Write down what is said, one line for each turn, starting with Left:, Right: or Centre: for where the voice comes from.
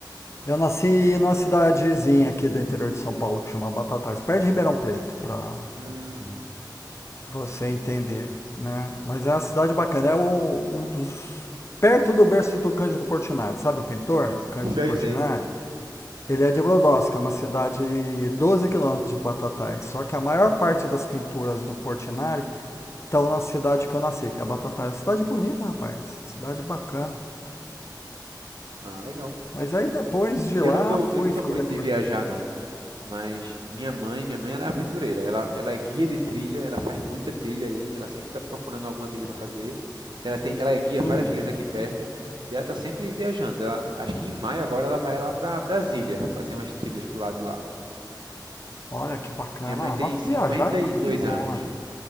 Left: Eu nasci numa cidadezinha aqui do interior de São Paulo que chama Batatais, perto de Ribeirão Preto, pra
Right: Hum,
Left: você entender, né? Mas é uma cidade bacana, é o- um dos perto do berço do Cândido Portinari, sabe o pintor Cândido
Right: sei,
Left: Portinari?
Right: sei.
Left: Ele é de Brodowski, é uma cidade 12 quilômetros de Batatais. Só que a maior parte das pinturas do Portinari estão na cidade que eu nasci, que é Batatais. Cidade bonita, rapaz. Cidade bacana.
Right: Ah, legal.
Left: Mas aí depois de
Right: Eu
Left: lá
Right: não sou,
Left: fui
Right: eu não sou
Left: fazer.
Right: muito de viajar, não. Mas minha mãe, minha mãe ela é aventureira. Ela, ela é guia de trilha, ela faz muita trilha aí, ela sempre está procurando alguma trilha para fazer. Ela tem, ela é guia
Left: Hum.
Right: várias trilhas aqui perto e ela está sempre viajando. Ela, acho que em maio agora ela vai lá para Brasília fazer umas trilhas pro lado de lá.
Left: Olha que bacana.
Right: Minha mãe tem
Left: Ah, mas
Right: 52
Left: viajar é tudo de bom,
Right: anos.
Left: né?